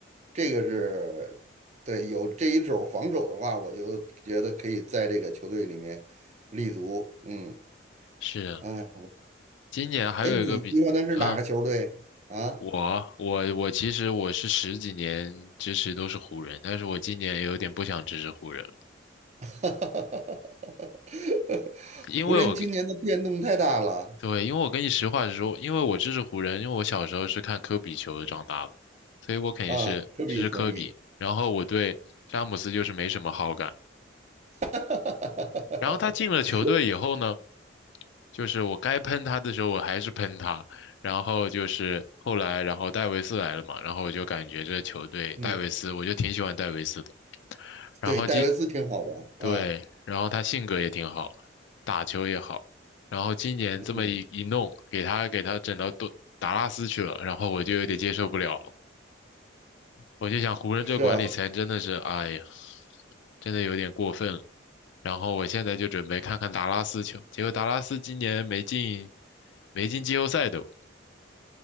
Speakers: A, on the right; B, on the left.
A: 这个是对有这一手防守的话，我就觉得可以在这个球队里面立足。嗯，
B: 是啊，
A: 哎，
B: 今年还有一个比，
A: 哎，你喜欢的是哪个球队啊？
B: 嗯，我我我其实我是十几年支持都是湖人，但是我今年也有点不想支持湖人了。
A: <laughs>
B: 因为我
A: 湖人今年的变动太大了
B: 对，因为我跟你实话实说，因为我支持湖人，因为我小时候是看科比球长大的嘛，所以我肯定是支持科比。
A: 啊，科比球迷。
B: 然后我对詹姆斯就是没什么好感。
A: <laughs>
B: 然后他进了球队以后呢？就是我该喷他的时候，我还是喷他。然后就是后来，然后戴维斯来了嘛，然后我就感觉这球队戴维斯，
A: 嗯，
B: 我就挺喜欢戴维斯的。然后今，
A: 对，戴维斯挺好的啊，
B: 对，然后他性格也挺好，打球也好。然后今年这么一一弄，
A: 嗯，
B: 给他给他整到多达拉斯去了，然后我就有点接受不了了。我就想湖人这管理层真的是，
A: 是啊，
B: 哎呀，真的有点过分了。然后我现在就准备看看达拉斯球，结果达拉斯今年没进，没进季后赛都，